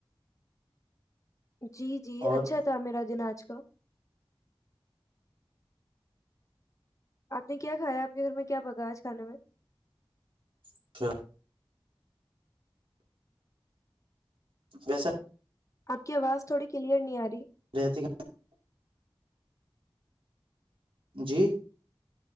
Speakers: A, on the left (about 35°); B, on the right (about 65°).
A: جی جی
B: اور
A: اچھا تھا میرا دن آج کا آپ نے کیا کھایا آپنے گھر میں کیا پگاج کھانے میں
B: اچھ ویسے
A: آپ کی آواز تھوڑی کلیئر نہیں آ رہی
B: رہتی جی